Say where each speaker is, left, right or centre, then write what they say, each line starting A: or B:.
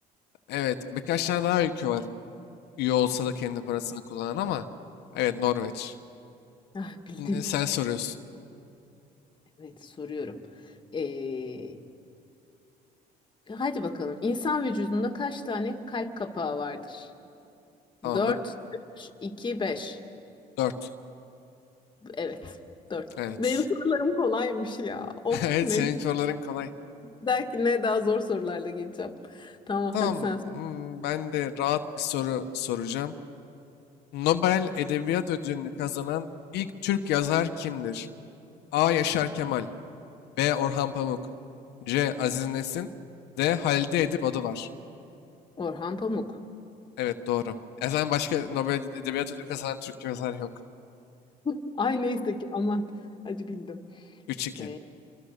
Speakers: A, on the left; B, on the left.
A: Evet, birkaç tane daha ülke var. Üye olsa da kendi parasını kullanan ama. Evet, Norveç.
B: Ah, bildim.
A: N- Sen soruyorsun.
B: Evet, soruyorum. Ee, Hadi bakalım. İnsan vücudunda kaç tane kalp kapağı vardır?
A: Tamamdır.
B: 4, 3, 2, 5.
A: dört.
B: Evet, Dört.
A: Evet.
B: Benim sorularım
A: <laughs>
B: kolaymış ya. Of
A: Evet,
B: ne.
A: senin soruların kolay.
B: Belki ne daha zor sorularla geleceğim. Tamam
A: Tamam,
B: hadi sen. sor.
A: hmm, ben de rahat bir soru soracağım. Nobel Edebiyat Ödülünü kazanan ilk Türk yazar kimdir? A. Yaşar Kemal B. Orhan Pamuk C. Aziz Nesin D. Halide Edip Adıvar
B: Orhan Pamuk.
A: Evet, doğru. E zaten başka Nobel Edebiyat Ödülü kazanan Türk yazar yok.
B: <laughs> Ay neyse ki aman. Hadi bildim.
A: 3-2.
B: Ee,